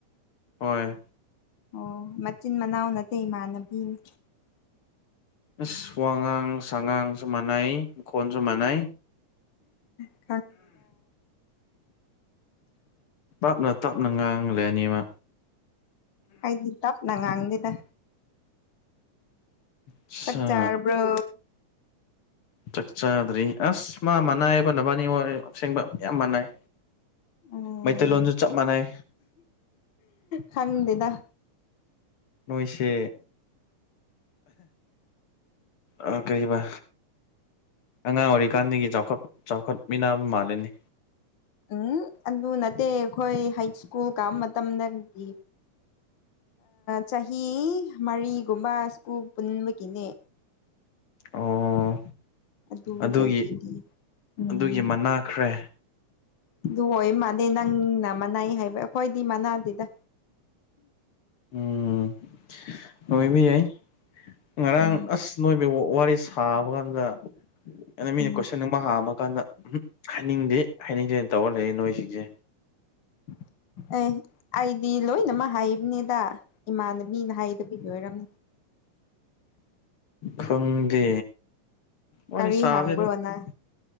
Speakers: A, on the left (about 50°); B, on the left (about 75°).
A: ꯍꯣꯏ
B: ꯑꯣ ꯃꯆꯤꯟ ꯃꯅꯥꯎ ꯅꯠꯇꯦ ꯏꯃꯥꯟꯅꯕꯤꯅꯤ
A: ꯏꯁ ꯋꯥꯉꯥꯡ ꯁꯉꯥꯡꯖꯨ ꯃꯥꯟꯅꯩ ꯈꯣꯟꯖꯨ ꯃꯥꯟꯅꯩ
B: ꯎꯝ
A: ꯄꯥꯞꯅ ꯇꯥꯞꯅ ꯉꯥꯡ ꯂꯩꯔꯅꯤ ꯃ
B: ꯑꯩꯗꯤ ꯇꯞꯅ ꯉꯥꯡꯗꯦꯗ
A: ꯑꯁꯥ
B: ꯆꯥꯛ ꯆꯥꯔꯕ꯭ꯔꯣ
A: ꯆꯥꯛ ꯆꯥꯗ꯭ꯔꯤ ꯑꯁ ꯃꯥ ꯃꯥꯟꯅꯥꯏꯕ ꯅꯕꯥꯟꯅꯤ ꯑꯣꯏ ꯑꯁꯦꯡꯕ ꯌꯥꯝ ꯃꯥꯟꯅꯩ
B: ꯎꯝ
A: ꯃꯩꯇꯩꯂꯣꯟꯖꯨ ꯆꯞ ꯃꯥꯟꯅꯩ
B: ꯈꯪꯗꯦꯗ
A: ꯅꯣꯏꯁꯦ ꯑꯥ ꯀꯩ ꯑꯥꯕ ꯑꯉꯥꯡ ꯑꯣꯏꯔꯤꯀꯥꯟꯗꯒꯤ ꯆꯥꯎꯈꯠ ꯆꯥꯎꯈꯠꯃꯤꯟꯅꯕ ꯃꯥꯜꯂꯦꯅꯦ
B: ꯎꯝ ꯑꯗꯨ ꯅꯠꯇꯦ ꯑꯩꯈꯣꯏ ꯍꯏꯁ꯭ꯀꯨꯜ ꯀꯥꯕ ꯃꯇꯝꯗꯒꯤ ꯆꯍꯤ ꯃꯔꯤꯒꯨꯝꯕ ꯁ꯭ꯀꯨꯜ ꯄꯨꯟꯕꯒꯤꯅꯦ
A: ꯑꯣ
B: ꯑꯗꯨꯗꯒꯤꯗꯤ
A: ꯑꯗꯨꯒꯤ
B: ꯎꯝ
A: ꯑꯗꯨꯒꯤ ꯃꯟꯅꯥꯈ꯭ꯔꯦ
B: ꯑꯗꯨ ꯑꯣꯏ ꯃꯥꯥꯟꯅꯦ ꯅꯪꯅ ꯃꯅꯥꯏ ꯍꯥꯏꯕ ꯑꯩꯈꯣꯏꯗꯤ ꯃꯟꯅꯥꯗꯦꯗ
A: ꯎꯝ ꯑꯣꯏꯕ ꯌꯥꯏ ꯉꯔꯥꯡ
B: ꯎꯝ
A: ꯑꯁ ꯅꯣꯏꯕꯦ ꯋꯥꯔꯤ ꯁꯥꯕ ꯀꯥꯟꯗ ꯑꯩꯅ ꯃꯤꯅ
B: ꯎꯝ
A: ꯀꯣꯏꯁꯟ ꯋꯥ ꯍꯥꯝꯃꯀꯥꯟꯗ ꯎꯝ ꯍꯥꯏꯅꯤꯡꯗꯦ ꯍꯥꯏꯅꯤꯡꯗꯦꯅ ꯇꯧꯔ ꯂꯩꯌꯦ ꯅꯣꯏꯁꯤꯡꯁꯦ
B: <inaudible> ꯑꯦ ꯑꯩꯗꯤ ꯂꯣꯏꯅꯃꯛ ꯍꯥꯏꯕꯅꯦꯗ ꯏꯃꯥꯟꯅꯕꯤꯅ ꯍꯥꯏꯗꯕꯒꯤ ꯑꯣꯏꯔꯝꯅꯤ
A: ꯈꯪꯗꯦ ꯋꯥꯔꯤ
B: ꯀꯔꯤ
A: ꯁꯥꯕꯗꯤ
B: ꯍꯪꯕ꯭ꯔꯣ
A: ꯑꯗꯨꯝ
B: ꯅꯪ